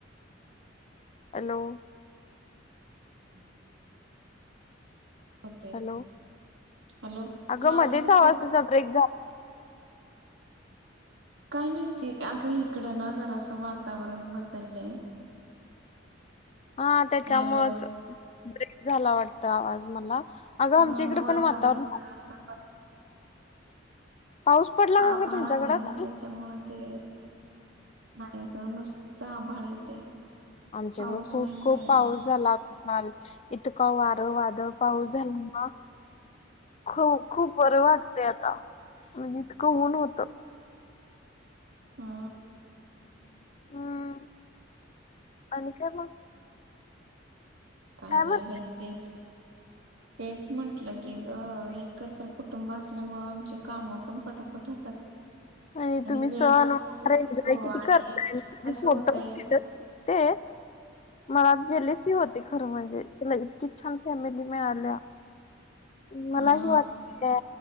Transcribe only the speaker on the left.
हॅलो!
Hello
अगं
मध्येच
आवाज
तुझा ब्रेक झाला.
हा त्याच्यामुळच.
ब्रेक झाला वाटत आवाज मला. अगं
आमच्या इकडे पण वातावरण.
पाऊस पडला का
ग तुमच्याकडं
काल?
आमच्याकडें
खूप
खूप
पाऊस
झाला काल इतका वारं वादळ पाऊस झाला. ख खूप बरं वाटतय आता म्हणजे इतकं ऊन होत.
हम्. आणि काय मग?
काय
म्हण
आणि तुम्ही
सण
वार
एन्जॉय किती
करताय
फोटो
ते मला जेलसी होते खरं म्हणजे त्याला इतकी छान फॅमिली मिळाल्या मलाही
वाटतंय